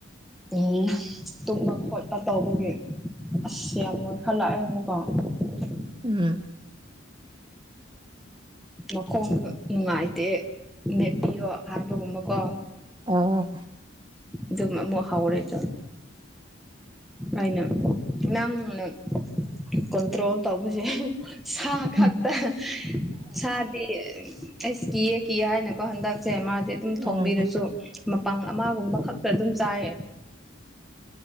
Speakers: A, in the centre; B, on the right.
A: ꯎꯝ ꯇꯨꯝꯕ ꯈꯣꯠꯄ ꯇꯧꯕꯒꯤ ꯑꯁ ꯌꯥꯝ <unintelligible> <unintelligible>
B: ꯎꯝ <inaudible>
A: ꯃꯈꯣꯡ ꯅꯨꯡꯉꯥꯏꯇꯦ ꯃꯦꯠꯄꯤꯌꯣ ꯍꯥꯏꯕꯒꯨꯝꯕꯀꯣ
B: ꯑꯣꯑꯣ
A: ꯑꯗꯨꯝ ꯑꯃꯨꯛ ꯍꯧꯔꯦ ꯇ ꯑꯩꯅ ꯅꯪꯅ ꯀꯣꯟꯇ꯭ꯔꯣꯜ ꯇꯧꯕꯁꯦ ꯁꯥꯈꯛꯇ
B: ꯎꯝ
A: ꯁꯥꯗꯤ ꯑꯩꯁ ꯀꯤꯌꯦ ꯀꯤꯌꯦ ꯍꯥꯏꯅꯀꯣ ꯍꯟꯗꯛꯁꯦ ꯃꯥꯁꯦ ꯗꯨꯝ
B: ꯎꯝ
A: ꯊꯣꯡꯕꯤꯔꯁꯨ ꯃꯄꯥꯡ ꯑꯃꯒꯨꯝꯕ ꯈꯛꯇ ꯗꯨꯝ ꯆꯥꯏꯌꯦ